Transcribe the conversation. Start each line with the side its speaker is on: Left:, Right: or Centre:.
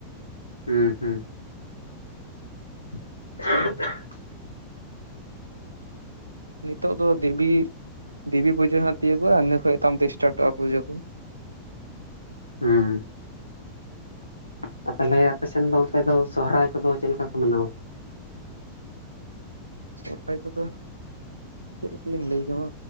Left: ᱦᱩᱸ ᱦᱩᱸ <unintelligible>
Right: ᱱᱤᱛᱳᱜ ᱫᱚ ᱫᱤᱵᱤ ᱫᱮᱵᱤ ᱯᱩᱡᱟᱹ ᱦᱟᱸᱜ ᱛᱤᱭᱟᱹᱜᱚᱜ-ᱟ ᱤᱱᱟᱹ ᱠᱷᱚᱡ ᱛᱟᱭᱚᱢ ᱛᱮ ᱥᱴᱟᱴᱚᱜ-ᱟ ᱯᱩᱡᱟᱹ ᱠᱩ᱾
Left: ᱦᱮᱸ ᱟ ᱛᱟᱦᱞᱮ ᱟᱯᱮᱥᱮᱱ ᱫᱚ ᱚᱱᱛᱮ ᱫᱚ ᱥᱚᱦᱨᱟᱭ ᱠᱚᱫᱚ ᱪᱮᱫ ᱞᱮᱠᱟ ᱠᱚ ᱢᱟᱱᱟᱣᱟ?
Right: ᱥᱚᱦᱚᱨᱟᱭ ᱠᱚᱫᱚ ᱪᱮᱫ ᱞᱮᱠᱟᱞᱤᱧ ᱞᱟᱹᱭ ᱠᱮᱢᱟ?